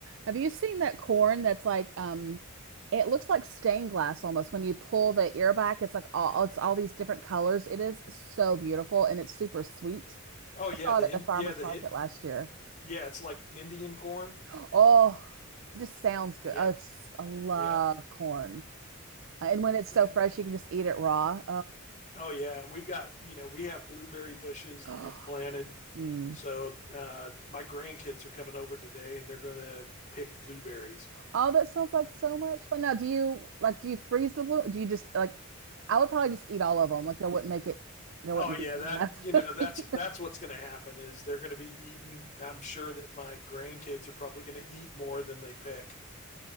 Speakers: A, on the right (about 60°); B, on the left (about 35°).
A: Have you seen that corn that's like um it looks like stained glass almost when you pull the ear back it's like all it's all these different colors. It is so beautiful and it's super sweet.
B: Oh yeah,
A: I saw
B: the
A: it at the farmer's
B: yeah the
A: market last year.
B: yeah it's like Indian corn.
A: <gasps> Oh, it just sounds good.
B: Yep,
A: Oh, it's I love
B: yep.
A: corn. And when it's so
B: And,
A: fresh you can just eat it raw.
B: oh yeah, and we've got you know we have blueberry bushes
A: Oh.
B: that we've planted.
A: <gasps> Mm.
B: So uh, my grandkids are coming over today, and they're going to pick blueberries.
A: Oh, that sounds like so much fun. Now, do you like do you freeze the blue? Do you just like I would probably just eat all of them. Like there wouldn't make it there
B: Oh
A: wouldn't
B: yeah,
A: be any
B: that
A: left
B: you
A: <laughs>
B: know
A: in the freezer.
B: that's that's what's going to happen is they're going to be eating. I'm sure that my grandkids are probably going to eat more than they pick.